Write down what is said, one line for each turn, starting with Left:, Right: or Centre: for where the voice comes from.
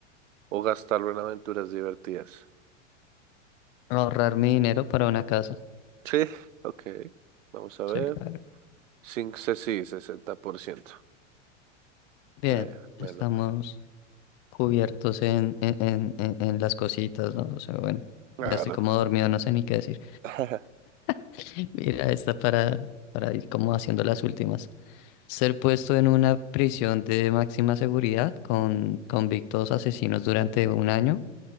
Right: o gastarlo en aventuras divertidas.
Left: ahorrar mi dinero para una casa.
Right: Sí, ok. Vamos a ver.
Left: Sí, claro.
Right: Sin se- sí, sesenta por ciento,
Left: Bien,
Right: Me, melo,
Left: estamos
Right: melo.
Left: cubiertos en, en, en, en- en las cositas, ¿no? O sea, bueno,
Right: Claro.
Left: ya estoy como dormido, no sé ni qué decir.
Right: <laughs>
Left: <laughs> Mira, esta para, para ir como haciendo las últimas. Ser puesto en una prisión de máxima seguridad con convictos asesinos durante un año